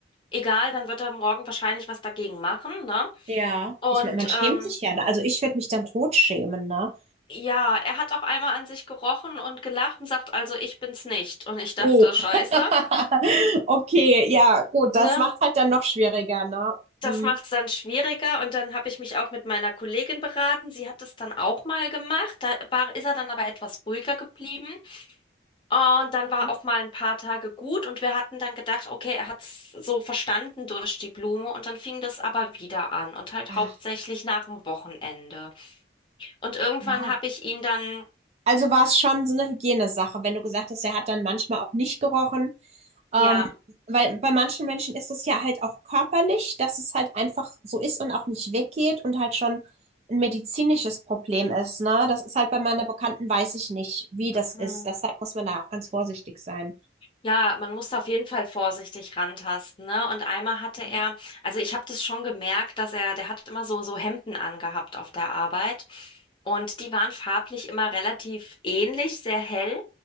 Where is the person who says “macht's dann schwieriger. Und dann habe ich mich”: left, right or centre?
Left